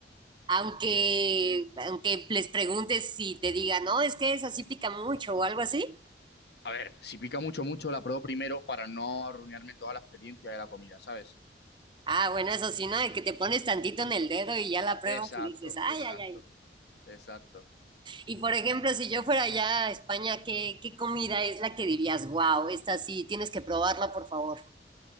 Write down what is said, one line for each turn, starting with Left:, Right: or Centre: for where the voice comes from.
Right: Aunque, aunque les preguntes si te digan, no, es que esa sí pica mucho o algo así.
Left: A ver, si pica mucho, mucho, la pruebo primero para no arruinarme toda la experiencia de la comida, ¿sabes?
Right: Ah, bueno, eso sí, ¿no? De que te pones tantito en el dedo y ya la pruebas
Left: Exacto,
Right: y dices, ay,
Left: exacto,
Right: ay, ay.
Left: exacto.
Right: Y por ejemplo, si yo fuera allá a España, ¿qué, qué comida es la que dirías, wow, esta sí, tienes que probarla, por favor?